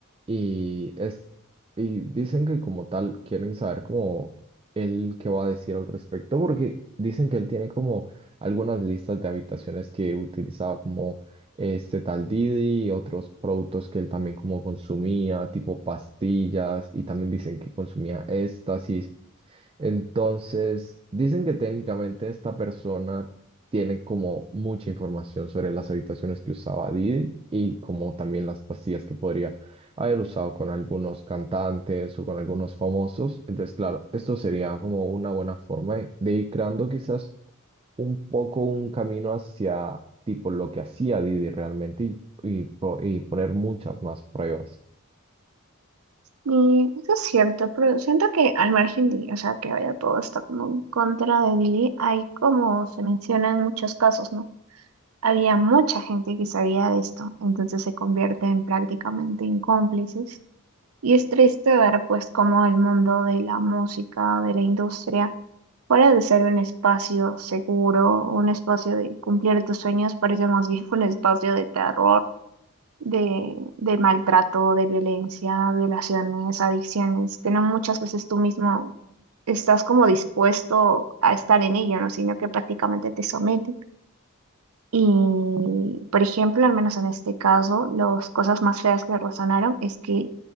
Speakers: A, on the right; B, on the right.
A: y es, y dicen que como tal quieren saber como él qué va a decir al respecto, porque dicen que él tiene como algunas listas de habitaciones que utilizaba como este tal Didi y otros productos que él también como consumía, tipo pastillas, y también dicen que consumía éxtasis. Entonces, dicen que técnicamente esta persona tiene como mucha información sobre las habitaciones que usaba Didi y como también las pastillas que podría haber usado con algunos cantantes o con algunos famosos. Entonces, claro, esto sería como una buena forma de de ir creando quizás un poco un camino hacia tipo lo que hacía Didi realmente y, y, pro- y poner muchas más pruebas.
B: Y eso es cierto, pero siento que al margen de, o sea, que vaya todo está como en contra de Billy, hay como se mencionan muchos casos, ¿no? Había mucha gente que sabía de esto, entonces se convierte en prácticamente en cómplices. Y es triste ver, pues, cómo el mundo de la música, de la industria, fuera de ser un espacio seguro, un espacio de cumplir tus sueños, parece más bien <laughs> un espacio de terror de, de maltrato, de violencia, violaciones, adicciones, que no muchas veces tú mismo estás como dispuesto a estar en ello, ¿no? Sino que prácticamente te someten. Y, por ejemplo, al menos en este caso, las cosas más feas que resonaron es que